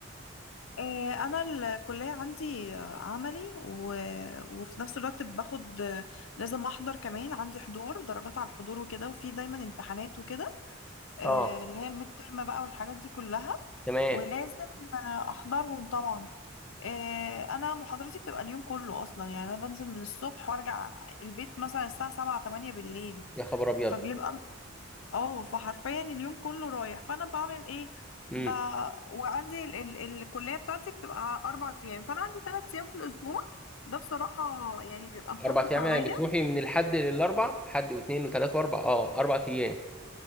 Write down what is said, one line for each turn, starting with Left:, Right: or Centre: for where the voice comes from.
Left: آه، انا الكليه عندي آه، عملي و... وفي نفس الوقت باخد آه، لازم احضر كمان عندي حضور درجات على الحضور وكده وفي دايما امتحانات وكده آه،
Centre: أه
Left: اللي هي الميد ترم بقى والحاجات دي كلها
Centre: تمام
Left: ولازم آه، احضرهم طبعا آه، انا محاضرتي بتبقى اليوم كله اصلا يعني انا بنزل من الصبح وارجع البيت مثلا الساعه 7 8 بالليل
Centre: يا خبر أبيض
Left: فبيبقى اه فحرفيا اليوم كله رايح فانا بعمل ايه ب...
Centre: امم
Left: وعندي ال... ال... الكليه بتاعتي بتبقى اربع ايام فانا عندي ثلاث ايام في الاسبوع ده بصراحه يعني بيبقى مخفف
Centre: أربع أيام
Left: عليا
Centre: يعني بتروحي من الحد للأربع حد واثنين وثلاث وأربع أه أربع أيام